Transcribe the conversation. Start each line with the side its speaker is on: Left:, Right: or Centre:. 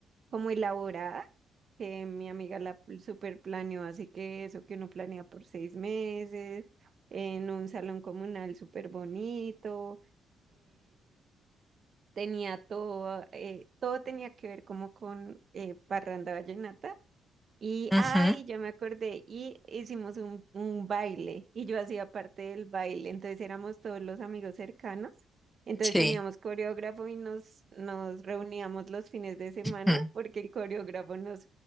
Right: como elaborada, que mi amiga la pl- super planeó, así que eso que uno planea por seis meses, en un salón comunal súper bonito tenía todo, eh, todo tenía que ver como con eh, Parranda Vallenata y,
Centre: Ujú,
Right: ay, yo me acordé, y hicimos un, un baile, y yo hacía parte del baile, entonces éramos todos los amigos cercanos, entonces
Centre: sí,
Right: teníamos coreógrafo y nos, nos reuníamos los fines de semana
Centre: ujú,
Right: porque el coreógrafo nos,